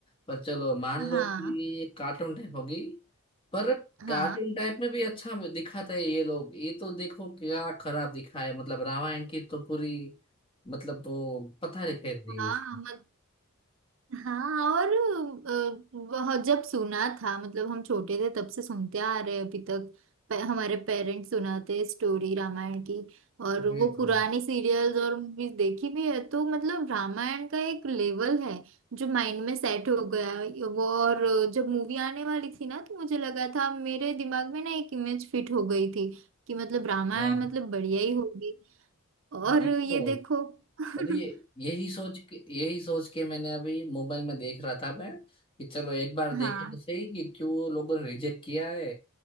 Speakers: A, on the left (about 25°); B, on the right (about 60°).
A: पर चलो मान
B: हैं हाँ
A: लो कि कार्टून टाइप होगी पर
B: हाँ
A: कार्टून टाइप में भी अच्छा दिखाता है ये लोग ये तो देखो क्या खराब दिखा है मतलब रामायण की तो पूरी मतलब वो पता नहीं फेर दी है उसको
B: हाँ हाँ और अ, वह जब सुना था मतलब हम छोटे थे तब से सुनते आ रहे हैं अभी तक पे- हमारे पेरेंट्स सुनाते स्टोरी रामायण की और
A: तो वही
B: वो
A: तो
B: पुरानी सीरियल्स और मूवीज देखी भी है तो मतलब रामायण का एक लेवल है जो माइंड में सेट हो गया है। वो और जब मूवी आने वाली थी ना तो मुझे लगा था मेरे दिमाग में ना एक इमेज फिट हो गई थी कि मतलब रामायण
A: हाँ
B: मतलब बढ़िया ही होगी और
A: वही तो
B: ये देखो <laughs>
A: अरे ये यही सोच के यही सोच के मैंने अभी मोबाइल में देख रहा था मैं कि चलो एक बार देखे
B: हाँ
A: तो सही कि क्यों लोगों ने रिजेक्ट किया है